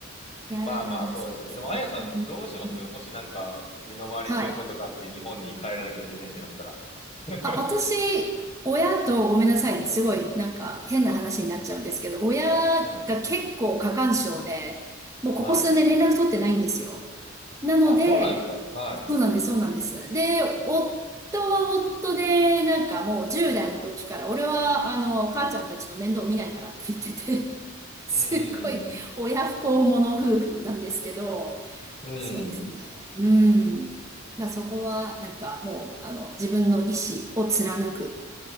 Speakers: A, on the right; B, on the left.
A: いやー、
B: まあまあ、そうですね。
A: そ
B: でも、あやさん、
A: う。うんうん
B: どうしますもしなんか、身の回りそういうことがあって、
A: はい。
B: 日本に帰らなきゃいけないってなったら。<laughs>
A: あ、私、親とごめんなさい。すごい、なんか変な話になっちゃうんですけど、親
B: はい。
A: が結構過干渉で、もうここ数年連絡取ってないんですよ。
B: はい。
A: なので、
B: あ、そうなんですか。は
A: そうなんです、そうなんです。で、夫は夫で、なんかもう10代の時から、俺は、あの、母ちゃんたちの面倒見ないからって言ってて、<laughs> すっごい親不孝者夫婦なんですけど、
B: い。うん。うん。
A: そうですね。うん。まあそこは、なんかもう、あの、自分の意思を貫く